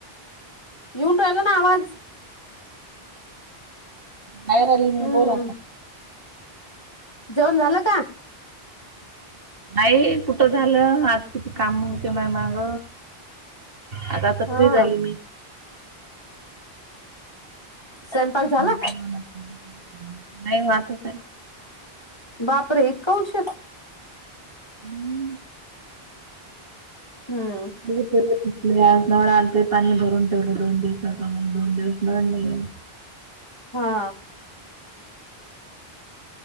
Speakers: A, on the left; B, on the right.
A: येऊन राहिल ना आवाज
B: बाहीर अली मी
A: हम्म
B: बोल अता
A: जेवण झालं का
B: नाही कुठं झालं आज किती काम होती माया माग आता आता
A: हा
B: फ्री झाली मी
A: स्वयंपाक
B: आता
A: झाला
B: नाही वाचतय
A: बापर इतकौश
B: <inaudible>
A: हम्म
B: <unintelligible> आज नळ आल ते पाणी भरून ठेवलं दोन दिवसाचा मग दोन दिवस नळ नाही येल
A: हा